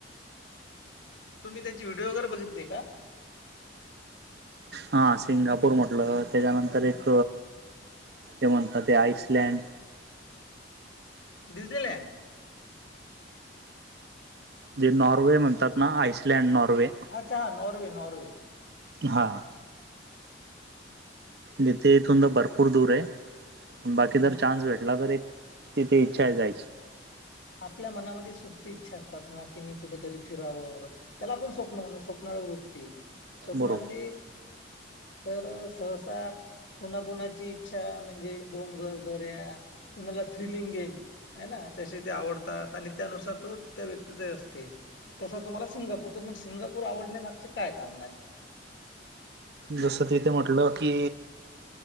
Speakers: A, on the left (about 85°); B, on the right (about 60°).
A: तुम्ही त्याची व्हिडीओ वगैर बघितले का?
B: हा सिंगापूर म्हटलं त्याच्यानंतर एक जे म्हणतात ते आइसलँड
A: डिजनीलँड
B: जे नॉर्वे म्हणतात ना आइसलँड नॉर्वे
A: अच्छा हां नॉर्वे नॉर्वे
B: हां. नीथे इथून तर भरपूर दूर आहे बाकी
A: हं.
B: जर चान्स भेटला तर एक तिथे इच्छा जायची.
A: आपल्या मनामध्ये सुप्त इच्छा असतात ना की मी कुठतरी फिरावं. त्याला आपण स्वप्न म्हण स्वप्ना वृत्ते स्वप्नामध्ये
B: बरोबर
A: तर सहसा कुणाकुणाची इच्छा म्हणजे डोंगर दर्या कुणाला थ्रिलिंग गेम ह ना तसे ते आवडतात आणि त्यानुसार तो त्या व्यक्तीचा असते. तसा तुम्हाला सिंगापूर तर मग सिंगापूर आवडण्यामागचे काय कारण आहेत.
B: जसं तिथे म्हटलं की